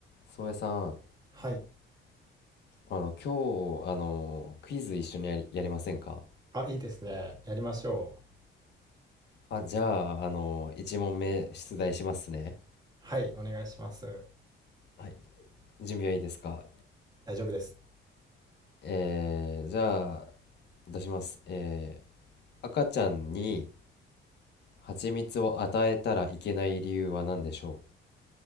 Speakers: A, on the left; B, on the right.
A: 宗谷さん、
B: はい。
A: あの、今日、あの、クイズ一緒にやり、やりませんか
B: あ、いいですね。やりましょう。
A: あ、じゃあ、あの、1問目出題しますね。
B: はい、お願いします。
A: はい、準備はいいですか
B: 大丈夫です。
A: えー、じゃあ、出します。えー、赤ちゃんに蜂蜜を与えたらいけない理由は何でしょ